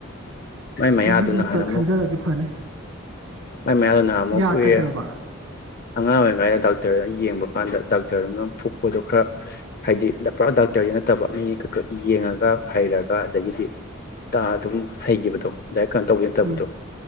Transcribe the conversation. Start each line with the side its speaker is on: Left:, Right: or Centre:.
Left: ꯃꯥꯏ ꯃꯌꯥꯗꯨ
Right: ꯑꯗꯨ
Left: ꯅꯍꯥꯟ
Right: ꯗꯨꯇ ꯈꯟꯖꯔꯛꯗꯤ ꯐꯅꯤ
Left: ꯃꯥꯢ ꯃꯌꯥꯗꯣ ꯅꯍꯥꯟ ꯃꯨꯛ
Right: ꯌꯥꯔꯛꯀꯗ꯭ꯔꯕ
Left: ꯀꯨꯏꯔꯦ ꯑꯉꯥꯡ ꯑꯣꯏꯔꯤꯉꯩꯗ ꯗꯥꯛꯇꯔꯅ ꯌꯦꯡꯕ ꯀꯥꯟꯗ ꯗꯥꯛꯇꯔꯗꯨꯅ ꯐꯨꯛꯄꯗꯣ ꯈꯔ ꯍꯥꯏꯗꯤ ꯄꯨꯔꯥ ꯗꯥꯛꯇꯔꯗꯤ ꯅꯠꯇꯕ ꯃꯤ ꯈꯛ ꯈꯛ ꯌꯦꯡꯉꯒ ꯍꯩꯔꯒ ꯑꯗꯒꯤꯗꯤ ꯇꯥ ꯑꯗꯨꯝ ꯍꯩꯒꯤꯕꯗꯣ ꯗꯥꯏꯔꯦꯛ ꯀꯩꯅꯣ ꯇꯧꯒꯦ ꯅꯠꯇꯕꯗꯣ
Right: ꯎꯝ